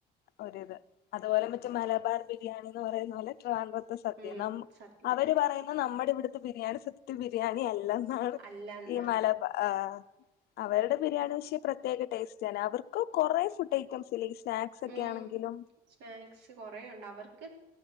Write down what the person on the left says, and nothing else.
ഒരിത് അതുപോലെ മറ്റേ മലബാർ ബിരിയാണി എന്ന് പറയുന്ന പോലെ ട്രവാഡ്ര സദ്യ
അവര് പറയുന്ന നമ്മുടെ ഇവിടുത്തെ ബിരിയാണി സത്യത്തിൽ ബിരിയാണി അല്ലെന്ന് ആണ്
ഈ മലബാ ആഹ് അവരുടെ ബിരിയാണി വിഷയം പ്രത്യേക ടേസ്റ്റാണ് അവർക്ക് കൊറെ ഫുഡ് ഐറ്റംസ് ഇല്ലേ ഈ സ്നാക്സ് ക്സ് ഒക്കെ
ആണെങ്കിലും